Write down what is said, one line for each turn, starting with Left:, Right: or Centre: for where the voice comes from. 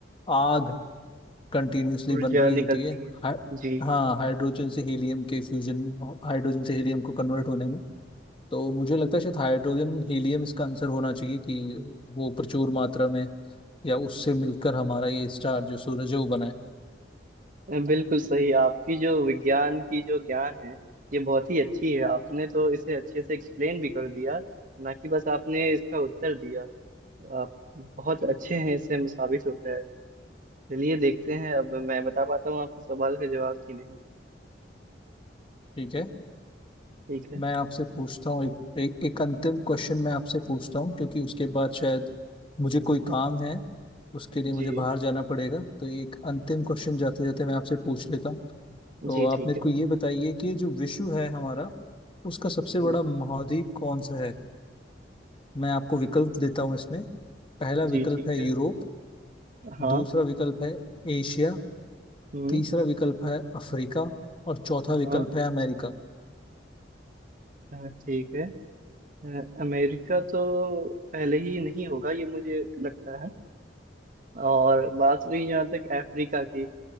Left: आग कंटिन्यूअसली
Right: ऊर्जा
Left: बन रही
Right: निकलती
Left: होती है
Right: है
Left: हा,
Right: जी
Left: हाँ हाइड्रोजन से हीलियम के फ्यूजन हाइड्रोजन से हीलियम को कन्वर्ट होने में तो मुझे लगता है शायद हाइड्रोजन हीलियम इसका आंसर होना चाहिए कि वो प्रचुर मात्रा में या उससे मिलकर हमारा ये स्टार जो सूरज है वो बना है
Right: बिल्कुल सही आपकी जो विज्ञान की जो ज्ञान है ये बहुत ही अच्छी है आपने तो इसे अच्छे से एक्सप्लेन भी कर दिया ना कि बस आपने इसका उत्तर दिया आप बहुत अच्छे हैं इससे साबित होता है चलिए देखते हैं अब मैं बता पाता हूँ आपके सवाल का जवाब कि नहीं
Left: ठीक है
Right: ठीक है
Left: मैं आपसे पूछता हूँ एक, एक एक अंतिम क्वेश्चन मैं आपसे पूछता हूँ क्योंकि उसके बाद शायद मुझे कोई काम है उसके लिए
Right: जी
Left: मुझे बाहर जाना पड़ेगा तो ये एक अंतिम क्वेश्चन जाते जाते मैं आपसे पूछ लेता हूँ तो
Right: जी
Left: आप
Right: ठीक
Left: मेरे
Right: है
Left: को ये बताइए कि जो विश्व है हमारा उसका सबसे
Right: हम्म
Left: बड़ा महाद्वीप कौन सा है मैं आपको विकल्प देता हूँ इसमें पहला
Right: जी
Left: विकल्प
Right: ठीक
Left: है
Right: है
Left: यूरोप
Right: हाँ
Left: दूसरा विकल्प है एशिया
Right: हम्म
Left: तीसरा विकल्प है अफ्रीका और चौथा विकल्प
Right: हाँ
Left: है अमेरिका
Right: हाँ, ठीक है अ, अमेरिका तो पहले ही नहीं होगा ये मुझे लगता है और बात रही जहाँ तक अफ्रीका की